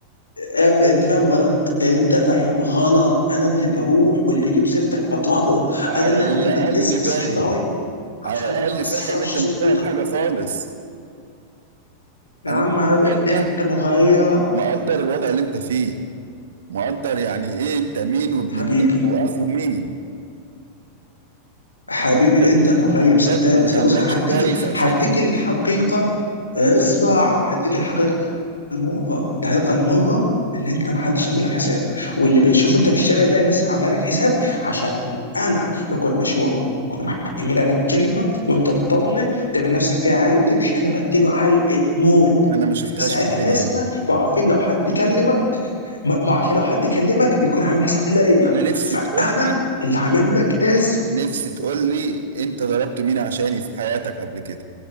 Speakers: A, on the left (about 75°); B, on the right (about 60°).
A: يا ابني انت فاهم غلط انت فاهم غلط انا اللي بروح واللي بيجيب سيرتك بطبعه
B: على
A: انا اللي
B: الاقل
A: عامل لك اسم بس
B: فاهم
A: مش هقدر اقول
B: على
A: عشان
B: الاقل
A: ما اكسرش
B: فاهم انت
A: صوتك
B: مش فاهم حاجه خالص
A: يا
B: انا
A: عم
B: نفسي
A: يا
B: تبقى
A: ابني
B: انت
A: انت مغيب
B: مقدر الوضع اللي انت فيه مقدر يعني ايه انت مين وابن
A: حبيبي
B: مين واخو مين بذمتك
A: حبيبي انت مغيب
B: الناس
A: صدقني
B: ما بتعاملكش
A: صدق- بص هديك
B: كويس عشاني
A: هديك الحقيقه اسمع هديك الحقيقه المره الحقيقه المره اللي انت ما حدش عامل لك حساب واللي بيشوفه انت في الشارع ده الناس عامله لك حساب عشان انا بكون ماشي وراك بكون محمل لك كلمه وانت تطنش وتعمل نفسك فيها عقل وتمشي انا بديله علقه موت
B: انا ما شفتهاش
A: ساعتها
B: في الدنيا
A: اسمك
B: دي
A: بقوا عارفين لو حد كلمك ما ما عشان لو حد كلمك بيكون عامل حساب ليا
B: انا نفسي تقول
A: فانا
B: لي
A: اللي عامل لك اسم
B: نفسي تقول لي انت ضربت مين عشاني في حياتك قبل كده